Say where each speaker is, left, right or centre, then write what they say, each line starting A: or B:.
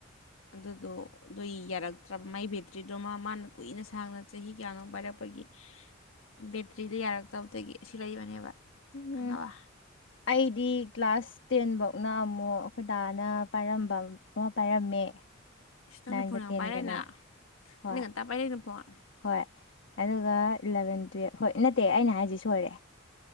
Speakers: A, on the left (about 85°); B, on the left (about 60°).
A: ꯑꯗꯨꯗꯣ ꯑꯗꯨ ꯌꯥꯔꯛꯇ꯭ꯔꯕ ꯃꯥꯏ ꯕꯦꯇ꯭ꯔꯤꯗ ꯑꯗꯨꯗꯣ ꯃꯥ ꯃꯥꯅ ꯀꯨꯏꯅ ꯁꯥꯡꯅ ꯆꯍꯤ ꯀꯌꯥꯅꯣ ꯄꯥꯏꯔꯛꯄꯒꯤ ꯕꯦꯇ꯭ꯔꯤꯗ ꯌꯥꯔꯛꯇꯕꯗꯒꯤ ꯑꯁꯤ ꯂꯩꯕꯅꯦꯕ
B: ꯎꯝ
A: ꯈꯪꯉꯕ
B: ꯑꯩꯗꯤ ꯗꯤ ꯀ꯭ꯂꯥꯁ ꯇꯦꯟ ꯐꯧꯅ ꯑꯃꯨꯛ ꯑꯩꯈꯣꯏꯗꯥꯅ ꯄꯥꯏꯔꯝꯕ ꯑꯃ ꯄꯥꯏꯔꯝꯃꯦ
A: ꯏꯁ ꯅꯪꯗꯤ
B: ꯟꯒꯇꯦꯟꯒꯅ
A: ꯐꯣꯟ ꯌꯥꯝ ꯄꯥꯏꯔꯛꯏꯅ
B: ꯍꯣꯏ
A: ꯅꯪꯗꯤ ꯉꯟꯇꯥ ꯄꯥꯏꯔꯛꯏꯅ ꯐꯣꯟ
B: ꯍꯣꯏ ꯑꯗꯨꯒ ꯏꯂꯕꯦꯟ ꯇꯨꯌꯦꯦꯜꯞ ꯍꯣꯏ ꯅꯠꯇꯦ ꯑꯩꯅ ꯍꯥꯏꯁꯤ ꯁꯣꯏꯔꯦ